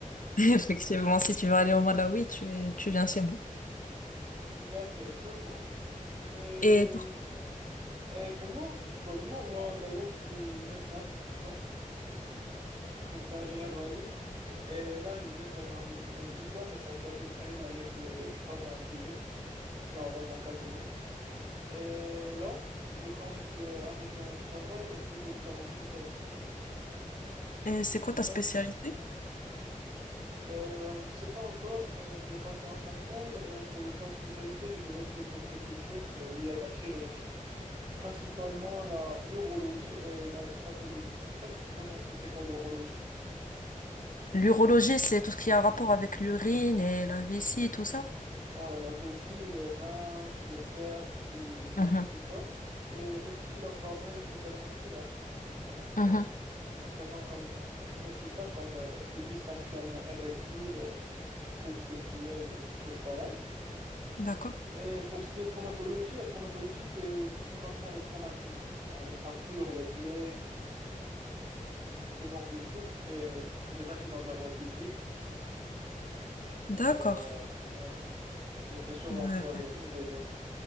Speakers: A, on the left; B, on the right.
A: <laughs> Effectivement, si tu veux aller au Malawi, tu, tu viens chez moi.
B: <laughs> D'accord, je vois. Et,
A: Et pour,
B: et pour moi, tu parles de moi, moi d'ailleurs, je suis médecin, hein, médecin généraliste. Et là, je viens d'avoir mon, mon diplôme, et ça fait à peu près une année que je travaille en privé, genre dans un cabinet. Et là, je compte euh, arrêter mon travail et plutôt faire ma spécialité.
A: et c'est
B: Je
A: quoi
B: sais
A: ta
B: pas
A: spécialité?
B: si- euh, je sais pas encore, mais je dois passer un concours et pour le choix de spécialité, je vais opter pour quelque chose où il y a de la chirurgie, principalement la l'urologie et la traumatologie. Je sais pas si tu connais un peu c'est quoi l'urologie.
A: L'urologie, c'est tout ce qui a rapport avec l'urine et la vessie et tout ça?
B: Ouais, la vessie, les reins, l'urtère, tout,
A: Mhm.
B: tout ça. Et aussi l'appareil génital masculin. Donc, euh,
A: Mhm.
B: en traitant comme, euh, aussi ça comme euh, le dysfonctionnement érectile, euh, troubles sexuels, des choses pareilles.
A: D'accord.
B: Et pour ce qui est traumatologie, la traumatologie, c'est tout ce qui concerne les traumatismes, genre les fractures, les plaies, ce genre de trucs, les, les accidents de la voie publique.
A: D'accord.
B: Alors, euh, ouais, je vais sûrement
A: Ouais.
B: faire une des deux.